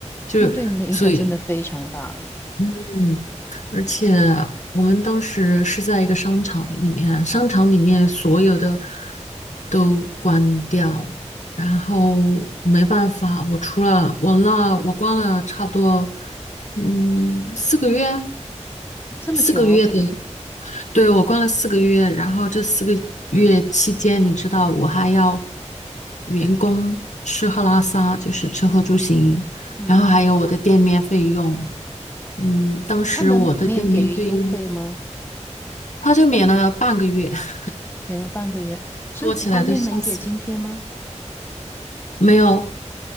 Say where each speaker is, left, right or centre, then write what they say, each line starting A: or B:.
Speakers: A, on the left (about 75°); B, on the left (about 20°).
A: 就是所以
B: 那对你的影响真的非常大，
A: 嗯，而且我们当时是在一个商场里面，商场里面所有的都关掉，然后没办法，我除了我那我关了差不多，嗯，四个月，
B: 这么久，
A: 四个月的，对，我关了四个月，然后这四个月期间，你知道我还要员工吃喝拉撒，就是吃喝住行，
B: 嗯，
A: 然后还有我的店面费用，嗯，当时我的店面费用
B: 他们没有给予优惠吗？
A: 他就免了半个月，<laughs>
B: 给了半个月，政府方面没给津贴吗？
A: 说起来都笑死人。没有，